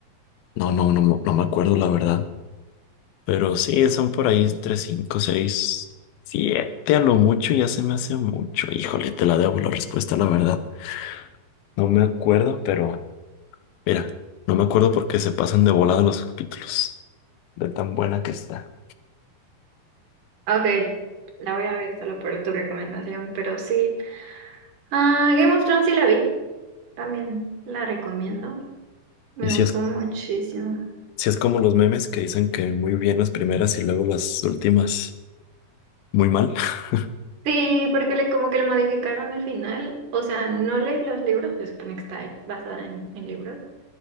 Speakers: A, on the left; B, on the right.
A: No, no, no, me- no me acuerdo, la verdad. Pero sí, son por ahí entre cinco, seis, siete a lo mucho. Ya se me hace mucho. Híjole, te la debo la respuesta, la verdad. No me acuerdo, pero... Mira, no me acuerdo porque se pasan de volada los capítulos. De tan buena que está.
B: Ok, la voy a ver solo por tu recomendación, pero sí. Ah, Game of Thrones sí la vi, también la recomiendo, me
A: Y si
B: gustó
A: es,
B: muchísimo.
A: si es como los memes que dicen que muy bien las primeras y luego las últimas muy mal. <laughs>
B: Sí, porque le, como que le modificaron el final. O sea, no leí los libros, se supone que está basada en, en libros,